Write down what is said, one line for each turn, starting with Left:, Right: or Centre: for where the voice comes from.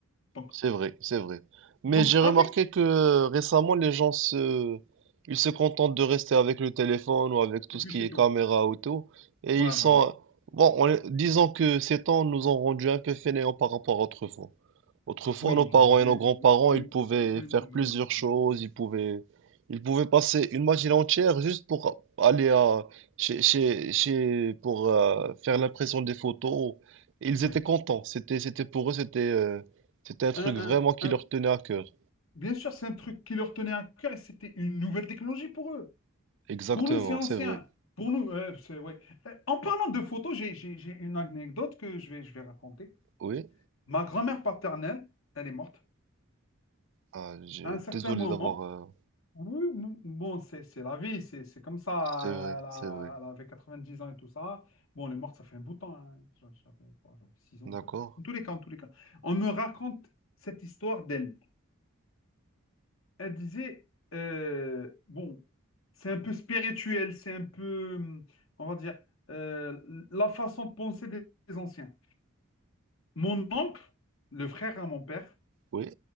Left: Donc,
Right: c'est vrai, c'est vrai. Mais
Left: donc
Right: j'ai remarqué
Left: avec,
Right: que euh, récemment, les gens se... Ils se contentent de rester avec le téléphone ou avec tout
Left: et
Right: ce
Left: puis
Right: qui
Left: c'est
Right: est
Left: tout.
Right: caméra auto. Et
Left: Ouais,
Right: ils sont...
Left: voilà.
Right: Bon, on est- disons que ces temps nous ont rendu un peu fainéants par rapport à autrefois. Autrefois,
Left: Oui,
Right: nos parents
Left: du,
Right: et nos grands-parents,
Left: du,
Right: ils pouvaient
Left: du même
Right: faire
Left: de lui-même.
Right: plusieurs choses, ils pouvaient, ils pouvaient passer une matinée entière juste pour aller à, chez, chez, chez- pour euh, faire l'impression des photos. Et ils
Left: Ouais.
Right: étaient contents. C'était, c'était pour eux, c'était, euh, c'était un truc
Left: Un-
Right: vraiment
Left: un-
Right: qui
Left: un-
Right: leur tenait à cœur.
Left: bien sûr, c'est un truc qui leur tenait à cœur et c'était une nouvelle technologie pour eux.
Right: Exactement,
Left: Pour nous, c'est ancien.
Right: c'est vrai.
Left: Pour nous, euh, c'est, ouais. Euh, En parlant de photos, j'ai j'ai- j'ai une anecdote que je vais, je vais raconter.
Right: Oui?
Left: Ma grand-mère paternelle, elle est morte.
Right: Ah, je-
Left: À un certain
Right: désolé
Left: moment,
Right: d'avoir. euh,
Left: oui, m- bon, c'est c'est la vie, c'est c'est comme ça.
Right: C'est vrai,
Left: Elle, a-
Right: c'est vrai.
Left: elle avait 90 ans et tout ça. Bon, elle est morte, ça fait un bout de temps. hein. J'a- J'avais quoi, j'avais 6 ans,
Right: D'accord.
Left: je sais pas. En tous les cas, en tous les cas. On me raconte cette histoire d'elle. Elle disait, euh, bon, c'est un peu spirituel, c'est un peu, hum, on va dire, euh, la façon de penser des des anciens. Mon oncle, le frère à mon père,
Right: Oui,